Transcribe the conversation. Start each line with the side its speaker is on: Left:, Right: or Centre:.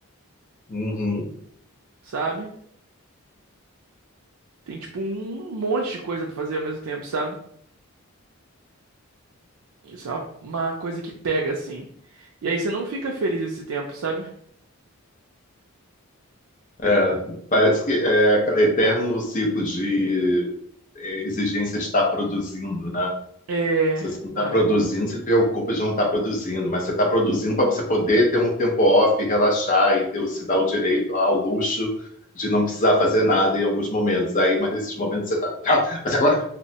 Left: Uhum.
Right: sabe? Tem tipo um monte de coisa pra fazer ao mesmo tempo, sabe? Isso é uma, uma coisa que pega assim. E aí você não fica feliz esse tempo, sabe?
Left: É, parece que é aquele eterno ciclo de é, exigência de estar produzindo, né?
Right: É,
Left: Se você não está
Right: sabe?
Left: produzindo, você fica com culpa de não estar produzindo, mas você está produzindo para você poder ter um tempo off, relaxar e ter, o- se dar o direito ao luxo de não precisar fazer nada em alguns momentos. Aí, mas nesses momentos você está, ah, mas agora,